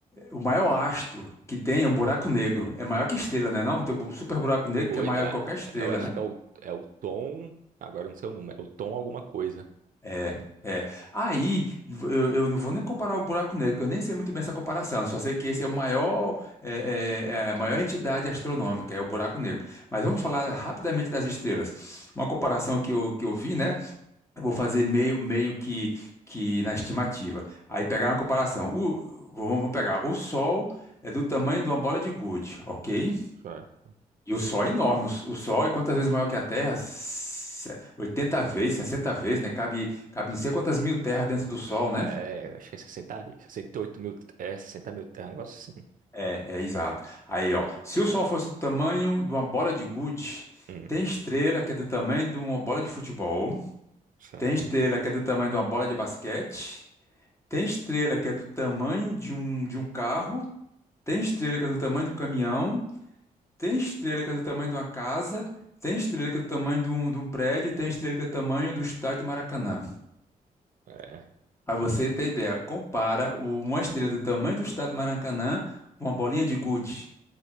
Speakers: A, on the left; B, on the right.
A: O maior astro que tem é um buraco negro. É maior que estrela, né? Não, tem o super buraco negro
B: Oito,
A: que é maior
B: ah,
A: que qualquer estrela,
B: eu acho
A: né?
B: que é o, é o tom. Agora eu não sei o número, é o tom alguma coisa.
A: É, é. Aí, eu, eu não vou nem comparar o buraco negro, que eu nem sei muito bem essa comparação. Só sei que esse é o maior, é, é, é a maior entidade astronômica, é o buraco negro. Mas vamos
B: Hum,
A: falar rapidamente das estrelas. Uma comparação que eu, que eu vi, né? Eu vou
B: hum,
A: fazer meio, meio que, que na estimativa. Aí pegar uma comparação. O- vamos pegar. O Sol é do tamanho de uma bola de gude, ok?
B: só.
A: E o Sol é enorme. O s- o Sol é quantas vezes maior que a Terra? Se- 80 vezes, 60 vezes, né? Cabe, cabe não sei quantas mil terras dentro do Sol, né?
B: É, acho que é sessenta, sessenta e oito mil. É, sessenta mil, é um negócio assim.
A: É, é exato. Aí, ó. Se o Sol fosse do tamanho de uma bola de gude,
B: Hum,
A: tem estrela que é do tamanho de uma bola de futebol,
B: só.
A: tem estrela que é do tamanho de uma bola de basquete, tem estrela que é do tamanho de um, de um carro, tem estrela que é do tamanho do caminhão, Tem estrela que é do tamanho de uma casa, tem estrela que é do tamanho de um, de um prédio, tem estrela que é do tamanho do estádio do Maracanã.
B: É,
A: Pra você ter ideia, compara o- uma estrela do tamanho do estádio do Maracanã com uma bolinha de gude.